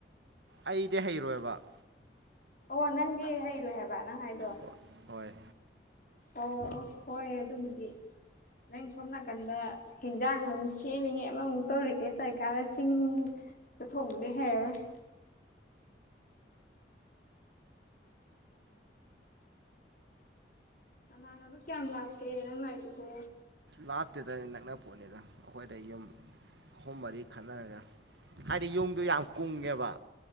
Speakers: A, on the right; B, on the left.
A: ꯑꯩꯗꯤ ꯍꯩꯔꯣꯏꯕ
B: ꯑꯣ ꯅꯪꯗꯤ ꯍꯩꯔꯣꯏ ꯍꯥꯏꯕ ꯅꯪ ꯍꯥꯏꯗꯣ
A: ꯍꯣꯏ ꯍꯣꯏ
B: ꯑꯣ ꯍꯣꯏ ꯑꯗꯨꯕꯨꯗꯤ ꯅꯪ ꯁꯣꯝ ꯅꯥꯀꯟꯗ ꯍꯤꯟꯖꯥꯡ ꯑꯃꯨꯛ ꯁꯦꯝꯃꯤꯉꯦ ꯑꯃꯃꯨꯛ ꯇꯧꯔꯤꯉꯩ ꯇꯧꯔꯤ ꯀꯥꯟꯗ ꯁꯤꯡꯗ ꯊꯣꯡꯕꯗꯤ ꯍꯩꯔꯔꯣꯏ ꯅꯃꯥꯅꯕ ꯀꯌꯥꯝ ꯂꯥꯞꯀꯦ ꯅꯪ ꯂꯥꯏꯗꯨꯕꯣ
A: ꯂꯥꯞꯇꯦꯗ ꯅꯛꯅ ꯄꯣꯠꯅꯤꯗ ꯑꯩꯈꯣꯏꯗꯩ ꯌꯨꯝ ꯑꯍꯨꯝ ꯃꯔꯤ ꯈꯟꯅꯔꯒ ꯍꯥꯏꯗꯤ ꯌꯨꯝꯗꯨ ꯌꯥꯝ ꯀꯨꯡꯉꯦꯕ